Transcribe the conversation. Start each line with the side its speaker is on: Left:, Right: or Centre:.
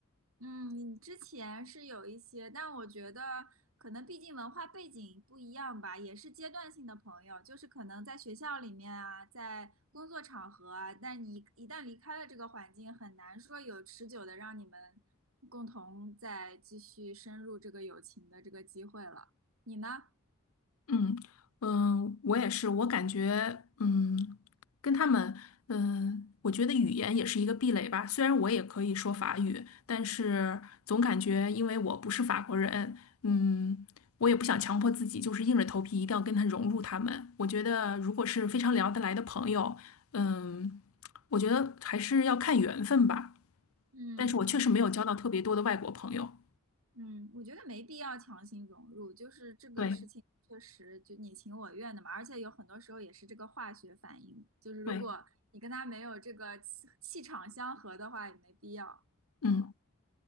Right: 嗯，你之前是有一些，但我觉得可能毕竟文化背景不一样吧，也是阶段性的朋友，就是可能在学校里面啊，在工作场合啊，但你一旦离开了这个环境，很难说有持久的让你们共同再继续深入这个友情的这个机会了。你呢？
Left: 嗯嗯，我也是，我感觉嗯，跟他们嗯，我觉得语言也是一个壁垒吧。虽然我也可以说法语，但是总感觉因为我不是法国人，嗯，我也不想强迫自己，就是硬着头皮一定要跟他融入他们。我觉得如果是非常聊得来的朋友，嗯，我觉得还是要看缘分吧。
Right: 嗯，
Left: 但是我确实没有交到特别多的外国朋友。
Right: 嗯，我觉得没必要强行融入，就是这个事情确实就你情我愿的嘛，
Left: 对
Right: 而且有很多时候也是这个化学反应，就是如果你跟他没有这个气气场相合的话，
Left: 对，
Right: 也没必要。嗯，
Left: 嗯，